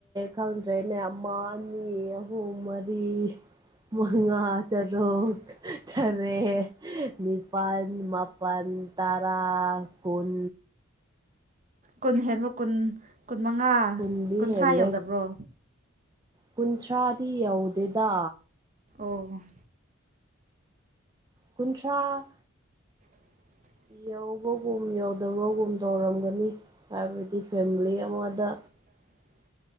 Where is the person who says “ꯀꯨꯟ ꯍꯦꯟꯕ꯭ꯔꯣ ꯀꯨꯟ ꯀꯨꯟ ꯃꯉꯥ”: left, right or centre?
Right